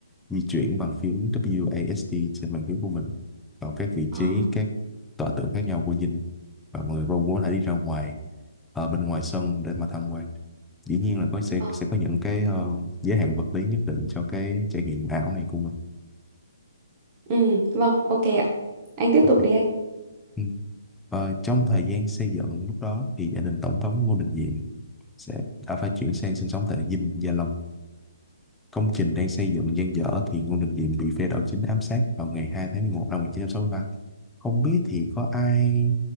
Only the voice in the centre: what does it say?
di chuyển bằng phím w a s d trên bàn phím của mình vào các vị
trí các tọa tượng khác nhau của dinh và mọi người cũng có thể đi ra ngoài ở bên ngoài sân để mà tham quan dĩ nhiên là có sẽ
sẽ có những cái ờ, giới hạn vật lý nhất định cho cái trải nghiệm ảo này của mình
Ok.
Ừ. Ờ, trong thời gian xây dựng lúc đó thì gia đình Tổng thống Ngô Đình Diệm sẽ đã phải chuyển sang sinh sống tại Dinh Gia Long. Công trình đang xây dựng dang dở thì Ngô Đình Diệm bị phe đảo chính ám sát vào ngày hai tháng mười một năm một nghìn chín trăm sáu mươi ba Không biết thì có ai